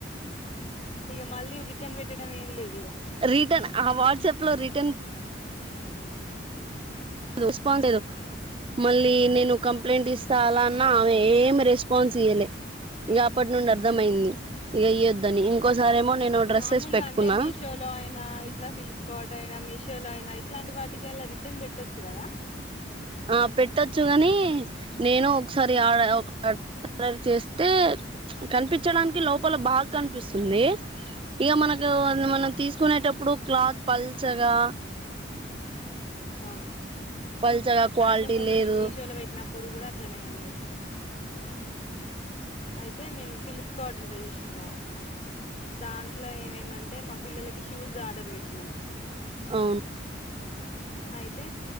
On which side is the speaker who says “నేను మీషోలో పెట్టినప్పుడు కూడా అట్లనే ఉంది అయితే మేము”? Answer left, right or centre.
Left